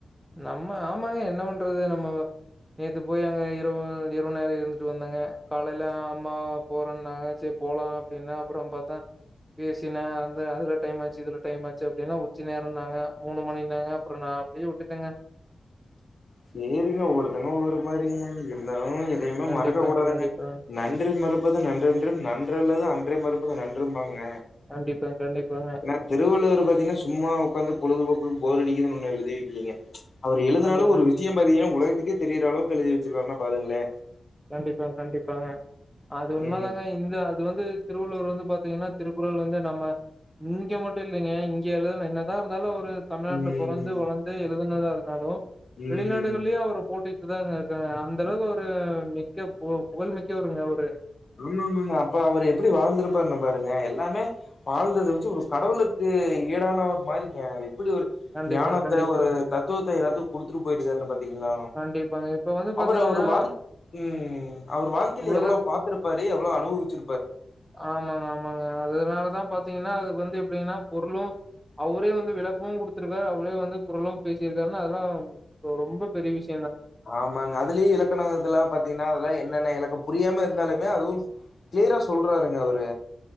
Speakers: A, in the centre; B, on the left.
A: நம்ப ஆமாங்க என்ன பண் ட்றது நம்ப நேத்து போயி அங்க இரவு இரவுநேர இருந்துட்டு வந்தங்க காலைல அம்மா போறனாங்ச்சே போலா அப்பிடின்ன அப்புறோ பாத்தா பேசின அந்த அதுல டைமுஆச்சி இதுல டைம் ச்ச அப்பிடின்னா உச்சி நேரோன்னாங்க மூணுமணி நாங்க அப்புறோ நா புய்யே உட் ட்டங்க
B: சேரிங்க ஒருத்தங்க ஒரு ஒரு மாரிங்க இருந்தா ம் எதையுமே
A: கண்டிப்பாங்க
B: மறக்கக்கூடாதுங்க
A: கண்டிப்பாங்க
B: நன்றி மறுப்பது நன்றன்று நன்றல்லது அன்றே மற ப்புங்க நன்றுபாங்க
A: கண்டிப்பாங்க கண்டிப்பாங்க
B: னா திருவள்ளுவர் பாத்தீனா சும்மா உக்காந்து பொழுதுபோக்கு போர் அடிக்குதுனு ஒன்னு எழுதி வைக்கிலீங்க அவரு எழுதினாலு
A: கண்டிப்பாங்க
B: ஒரு வி ஏ ஒலகத்துக்கே தெரியிற அளவுக்கு எழுதி வச்சுக்கறானா பாருங்களே
A: கண்டிப்பாங் கண்டிப்பாங்க அது உண்மதாங்க
B: ம்
A: இந்த அது வந்து திருவள்ளூர் பாத்தீங்கனா திருக்குறள் வந்து நம்ம இங்க மட்டு இல்லிங்க இங்கெழுதுன என்னதா இருந்தாலு ப்புல தமிழ்நாட்ல
B: ம்
A: பொறந்து வளந்து எழுதுனதா இரு நாலு வெளிநாடுகளயு
B: ம்
A: அவரு போட்டி இதாங்க இருக்காங்க அந்த அளவுக்கு ஒரு மிக்க பு புகழ்மிக்கவருங்க அவரு
B: ஆமா ஆமாமா அப்ப அவரு எப்பிடி வாழ்ந்துருப்பாருனு பாருங்க எல்லாமே வாழ்ந்தத வச்சி ஒரு கடவுக்கு ஈடானவர் மாறிங்க ப்படி ஒரு
A: கண்டிப்பா,
B: ஞானத்த
A: கண்டிப்பாங்க.
B: ஒரு தத்துவத்த எல்லாத்து குடுத்துட்டு போய்ட்ருக்காரு பாத்தீங்களா
A: கண்டிப்பாங்க. இப்ப வந்து பாத்தீங்கன்னா,
B: அவரு அவரு வாழ் ம் அவரு வாழ்க்கையில
A: உலகத்
B: எவ்ளோ பா தி எவ்ளோ அனுவுச்சி
A: ஆமாங்க ஆமாங்க அதுனாலதா பாத் திங்கன அதுக்கு வந்து எப்பிடினா பொருளு அவரே வந்து விளக்கமு கொடுத்துருக்காரு அவரே வந்து குரலும் பேசிருகாருனா அதெல்லா ரொம்ப பெரிய விஷ்
B: ஆமாங்க அதிலியு இலக்கண இதல்லா பாத்தீங்கனா அதுல என்னென்ன இலக் புரியாம இருந்தாலுமே அதுவு க்ளியரா சொல்றாருங்க அவரு